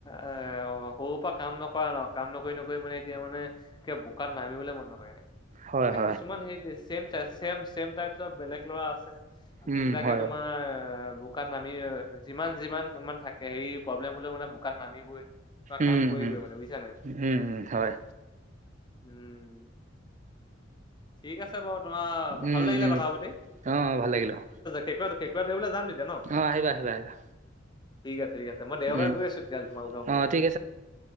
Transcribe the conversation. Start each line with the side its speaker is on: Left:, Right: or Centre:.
Left: অ' সৰুৰ পৰা কাম নকৰা ন, কাম নকৰি নকৰি মানে এতিয়া মানে কিব বোকাত নামি বলে মন নকৰে
Right: হয়
Left: এতিয়া
Right: হয়
Left: কিছুমান সেই ছেম, ছেম-ছেম টাইপৰ বেলেগ ল'ৰা আছে
Right: উম
Left: যিবিলাকে
Right: হয়
Left: তোমাৰ
Right: বাৰু।
Left: বোকাত নামি যিমান যিমান ইমান থাকে হেৰি প্ৰব্লেম হলেও মানে বোকাত নামিবই কাম
Right: উম
Left: কৰিবই
Right: উম
Left: মানে, বুজিছানে,
Right: উম উম হয়
Left: উম ঠিক আছে বাৰু তোমাৰ
Right: উম
Left: ভাল লাগিলে
Right: উম
Left: কথা পাতি
Right: অ অ ভাল লাগিলে অ
Left: কেঁকোৰা ধৰিবলৈ যাম তেতিয়া ন?
Right: অ', আহিবা আহিবা আহিবা
Left: ঠিক আছে, ঠিক আছে, মই দেওবাৰে
Right: উম
Left: গৈ আছো তেতিয়াল তোমালোকৰ ফালে,
Right: অ ঠিক